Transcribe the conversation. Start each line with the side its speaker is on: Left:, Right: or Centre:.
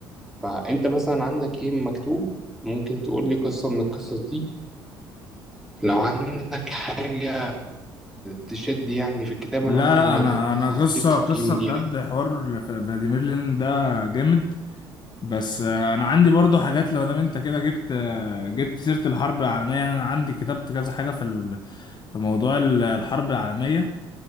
Centre: فأنت مثلا عندك إيه مكتوب ممكن تقول لي قصة من القصص دي لو عندك حاجة تشد يعني في الكتاب
Left: لا
Centre: أنا ممكن
Left: لا انا
Centre: أديك
Left: انا قصة
Centre: تقييم
Left: قصة
Centre: ليها
Left: بجد حوار فلاديمير لينين ده جامد بس آه، انا عندي برضو حاجات لو دام انت كده جبت آه، جبت سيرة الحرب العالمية يعني انا عندي كتبت كذا حاجة في ال- في موضوع ال- الحرب العالمية